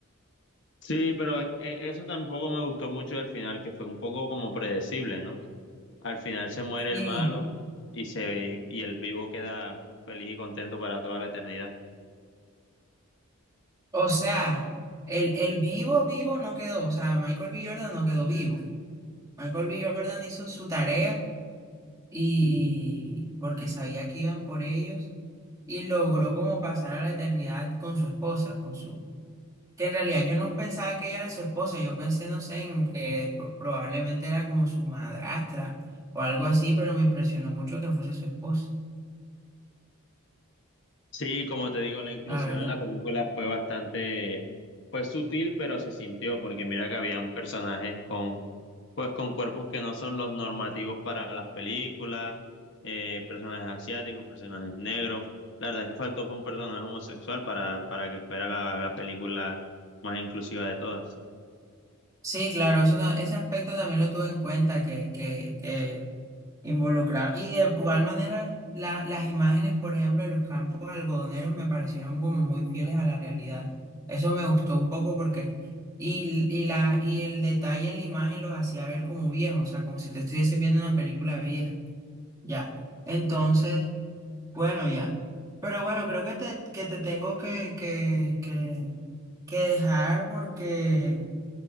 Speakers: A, on the left; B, on the right.
A: Sí, pero e- eso tampoco me gustó mucho del final, que fue un poco como predecible, ¿no? Al final se muere
B: sí
A: el malo y se ve, y el vivo queda feliz y contento para toda la eternidad.
B: o sea, el, el vivo, vivo no quedó, o sea, Michael B. Jordan no quedó vivo. Michael B. Jordan hizo su tarea y porque sabía que iban por ellos. y logró como pasar a la eternidad con su esposa, con su... que en realidad yo no pensaba que ella era su esposa, yo pensé, no sé, en que pro- probablemente era como su madrastra o algo así, pero me impresionó mucho que fuese su esposa,
A: Sí, como te digo, la inclusión
B: la verdad.
A: en la película fue bastante, fue sutil, pero se sintió, porque mira que habían personajes con, pues con cuerpos que no son los normativos para las películas, eh, personajes asiáticos, personajes negros. La verdad es que faltó fue un personaje homosexual para, para que fuera la, la película más inclusiva de todas.
B: Sí, claro, eso, ta- ese aspecto también lo tuve en cuenta, que, que, que involucrado. Y de igual manera, la- las imágenes, por ejemplo, de los campos algodoneros me parecieron como muy fieles a la realidad. Eso me gustó un poco porque, y, y la, y el detalle en la imagen los hacía ver como viejos, o sea, como si te estuviese viendo una película vieja. Ya. Entonces, bueno, ya. Pero bueno, creo que te, que te tengo que, que, que, que dejar porque,